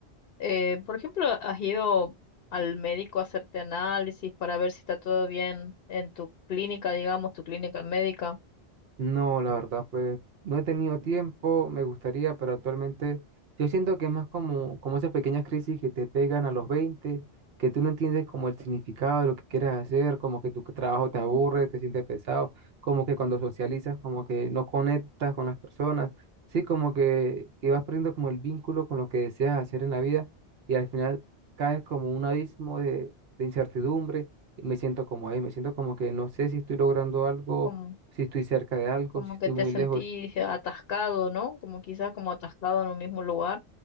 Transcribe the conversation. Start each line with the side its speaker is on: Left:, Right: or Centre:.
Left: eh, por ejemplo, has ido al médico a hacerte análisis para ver si está todo bien en tu clínica, digamos, tu clínica médica.
Right: No, la verdad, pues no he tenido tiempo, me gustaría, pero actualmente yo siento que es más como, como esas pequeñas crisis que te pegan a los 20 que tú no entiendes como el significado de lo que quieres hacer, como que tu trabajo te
Left: Mm,
Right: aburre, te sientes pesado, como que cuando socializas, como que no conectas con las personas, sí, como que, que vas perdiendo como el vínculo con lo que deseas hacer en la vida y al final caes como un abismo de, de incertidumbre y me siento como ahí, me siento como que no sé si estoy logrando algo
Left: Como,
Right: si estoy cerca de algo,
Left: como
Right: si estoy
Left: que te
Right: muy
Left: sentís
Right: lejos.
Left: atascado, ¿no? Como quizás como atascado en un mismo lugar.